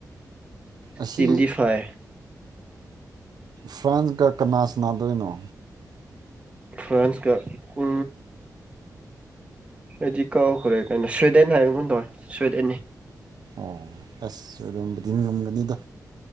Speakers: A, on the right (about 75°); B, on the right (about 20°).
A: ꯑꯁꯤ
B: ꯇꯤꯟꯇ ꯐꯥꯏ
A: ꯐ꯭ꯔꯥꯟꯁꯒ ꯀꯅꯥ ꯁꯅꯗꯅꯣ
B: ꯐ꯭ꯔꯥꯟꯁ ꯀ ꯎ ꯑꯩꯗꯤ ꯀꯧꯈ꯭ꯔꯦ ꯀꯩꯅꯣ ꯁ꯭ꯋꯤꯗꯦꯟ ꯍꯥꯏꯕꯒ ꯇꯧꯋꯦ ꯁ꯭ꯋꯤꯗꯦꯟꯅꯤ
A: ꯑꯣ ꯑꯁ ꯑꯗꯨꯣꯕꯨꯗꯤ ꯉꯝꯒꯅꯤꯗ